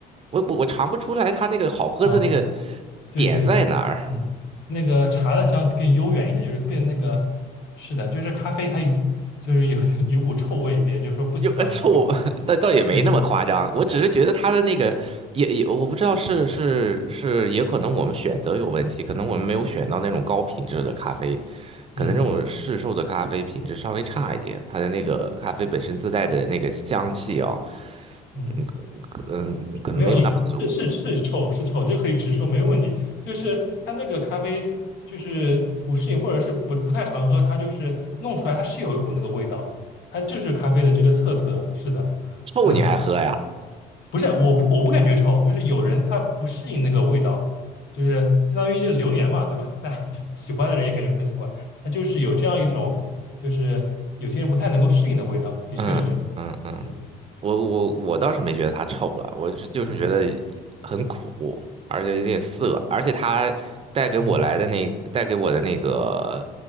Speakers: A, on the right; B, on the left.
A: 我我我尝不出来它那个好喝的那个
B: 啊，对对对，
A: 点在哪儿。
B: 嗯，那个茶的香气更悠远一点，就是更那个，是的，就是咖啡它就是有 <laughs> 有股臭味，别人就说不喜欢咖啡。
A: 又呃臭，<laughs> 那倒也没那么夸张。
B: 对，
A: 我只是觉得他的那个也也，我不知道是是是，也可能我们选择有问题，可能我们没有选到那种高品质的咖啡，
B: 嗯
A: 可能这种市售的咖啡品质稍微差一点，它的那个咖啡本身自带的那个香气啊、
B: 嗯，
A: 嗯可嗯可能没有那么足。
B: 没有，你是是是臭是臭，这可以直说，没有问题。就是它那个咖啡就是不适应，或者是不不太常喝，它就是弄出来，它是有一股那个味道，它就是咖啡的这个特色。是的，
A: 臭你还喝呀？
B: 嗯，<laughs> 不是，我不我不感觉臭，就是有人他不适应那个味道，就是相当于这榴莲嘛，对吧？大家 <laughs> 喜欢的人也感觉很喜欢，它就是有这样一种，就是有些人不太能够适应的味道，的确是这样。
A: 嗯嗯嗯，
B: 嗯
A: 我我我倒是没觉得它臭了，我是就是觉得很苦，
B: 嗯
A: 而且有点涩，而且它带给我来的那带给我的那个
B: 嗯